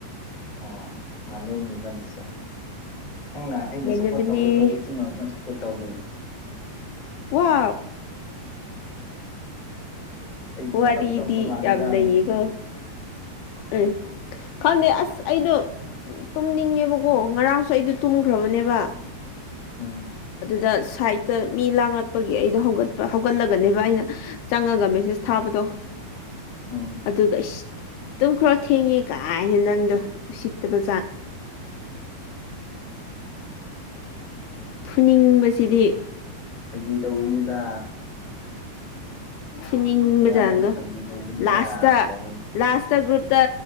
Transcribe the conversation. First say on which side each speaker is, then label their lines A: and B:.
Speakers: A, on the left; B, on the left.
A: ꯑ ꯃꯥꯟꯦꯅꯤꯕꯥꯅꯤꯁꯦ ꯅꯪꯅ ꯑꯩꯅ
B: ꯉꯝꯅꯕꯅꯤ
A: ꯁꯞꯄꯣꯔꯠ ꯇꯧꯕꯒ ꯇꯧꯕ ꯇꯤꯟꯕꯛꯇꯪ ꯁꯞꯄꯣꯔꯠ ꯇꯧꯗ
B: ꯋꯥ
A: ꯑꯩꯒꯤ
B: ꯋꯥꯗꯤ
A: ꯃꯇꯧ ꯇꯝꯕ
B: ꯏꯗꯤ
A: ꯃꯥꯜꯂꯦꯗ
B: ꯌꯥꯝ ꯅꯌꯦꯒꯣ
A: ꯅꯪꯁꯤ
B: ꯎꯝ ꯈꯪꯗꯦ ꯑꯁ ꯑꯩꯗꯣ ꯇꯨꯝꯅꯤꯡꯉꯦꯕꯀꯣ ꯉꯔꯥꯡꯁꯨ ꯑꯩꯗꯣ ꯇꯨꯝꯈ꯭ꯔꯕꯅꯦꯕ
A: ꯑꯣ
B: ꯑꯗꯨꯗ ꯁꯥꯏꯠꯇ ꯃꯤ ꯂꯥꯡꯂꯛꯄꯒꯤ ꯑꯩꯗꯣ ꯍꯧꯒꯠꯄ ꯍꯧꯒꯠꯂꯒꯅꯦꯕ ꯑꯩꯅ ꯆꯪꯉꯒ ꯃꯦꯁꯦꯁ ꯊꯥꯕꯗ ꯇꯣ
A: ꯎꯝ
B: ꯑꯗꯨꯒ ꯏꯁ ꯑꯗꯨꯨꯝ ꯈꯔꯣ ꯊꯦꯡꯉꯦ ꯀꯥꯏꯅ ꯅꯪꯗꯣ ꯄꯆꯒ ꯐꯨꯅꯤꯡꯕꯁꯤꯗꯤ
A: ꯐꯒꯤ ꯇꯧꯕꯅꯤꯗ
B: ꯐꯨꯅꯤꯡꯕꯖꯥꯡꯗꯣ
A: ꯑꯌꯥꯝꯕꯅ ꯐꯥꯒꯤ ꯇꯧꯕꯅꯤꯗ
B: ꯂꯥꯁꯇ
A: ꯇꯧꯕꯅꯤ
B: ꯂꯥꯁꯇ ꯒ꯭ꯔꯨꯞ ꯇ